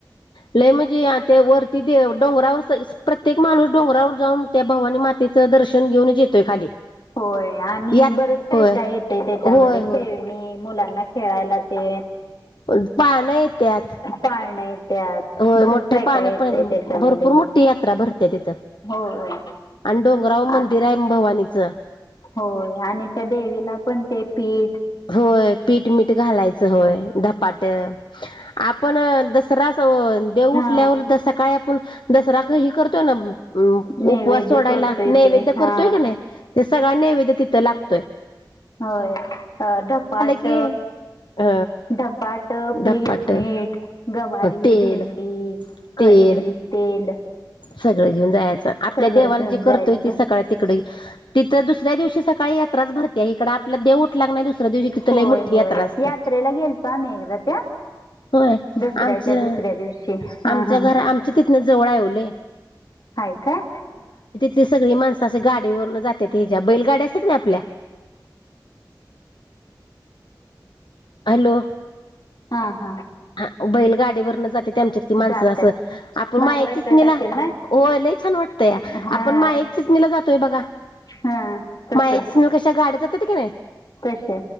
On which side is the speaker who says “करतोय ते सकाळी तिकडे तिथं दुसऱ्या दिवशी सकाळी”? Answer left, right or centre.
Left